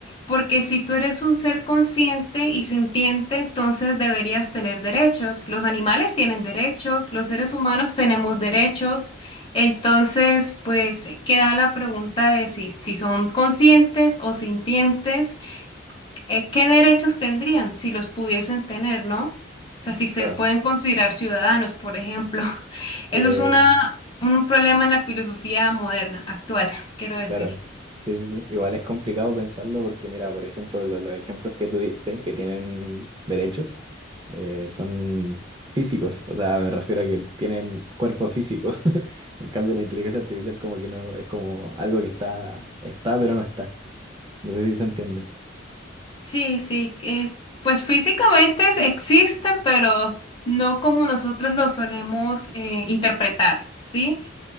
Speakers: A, on the left (about 25°); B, on the right (about 25°).
A: Porque si tú eres un ser consciente y sintiente, entonces deberías tener derechos. Los animales tienen derechos, los seres humanos tenemos derechos. Entonces, pues queda la pregunta de si, si son conscientes o sintientes eh, ¿qué derechos tendrían si los pudiesen tener, ¿no? O sea, si
B: Claro,
A: se pueden considerar ciudadanos, por ejemplo. <laughs>
B: es que...
A: Eso es una, un problema en la filosofía moderna, actual, <laughs> quiero decir.
B: Claro, sí, sí, sí. Igual es complicado pensarlo porque, mira, por ejemplo, lo- los ejemplos que tú diste, que tienen derechos, eh, son físicos, o sea, me refiero a que tienen cuerpo físico. <laughs> En cambio, la inteligencia artificial como que no, es como algo que está, está, pero no está. No sé si se entiende.
A: Sí, sí, que, pues físicamente es- existe, pero no como nosotros lo solemos eh, interpretar, ¿sí?